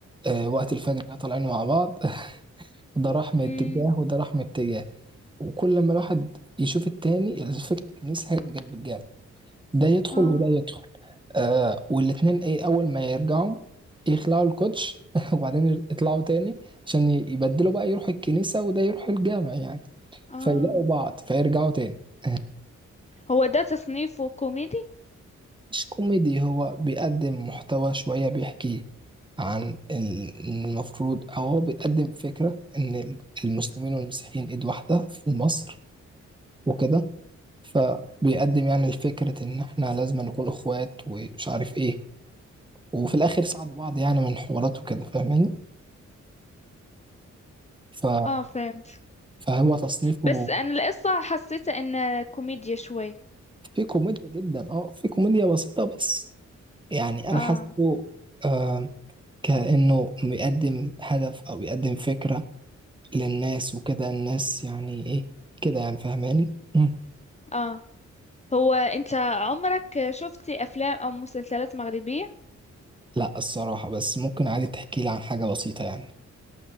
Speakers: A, on the right; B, on the left.
A: آه، وقت الفجر كده طالعين مع بعض <laughs> ده راح من اتجاه
B: امم
A: وده راح من اتجاه وكل لما الواحد يشوف التاني الفكرة الكنيسة هي اللي جنب الجامع ده يدخل
B: اه
A: وده يدخل آه والاتنين ايه أول ما يرجعوا يخلعوا الكوتش <laughs> وبعدين يطلعوا تاني عشان ي- يبدلوا بقى يروح الكنيسة وده يروح الجامع يعني
B: اه
A: فيلاقوا بعض فيرجعوا تاني <laughs>
B: هو ده تصنيفه كوميدي
A: مش كوميدي هو بيقدم محتوى شوية بيحكي عن ال- المفروض أو هو بيقدم فكرة إن ال- المسلمين والمسيحيين إيد واحدة في مصر وكده فبيقدم يعني فكرة إن إحنا لازم نكون إخوات ومش عارف إيه وفي الآخر ساعدوا بعض يعني من حوارات وكده فاهماني ف...
B: اه فهمت
A: فهو تصنيفه
B: بس انا القصة حسيتها انها كوميديا شوي
A: في كوميديا جدا أه في كوميديا بسيطة بس يعني أنا
B: اه
A: حاسه آه كأنه بيقدم هدف أو بيقدم فكرة للناس وكده الناس يعني ايه كده يعني فاهماني مم.
B: اه هو انت عمرك شفتي افلام او مسلسلات مغربية
A: لا الصراحة بس ممكن عادي تحكي لي عن حاجة بسيطة يعني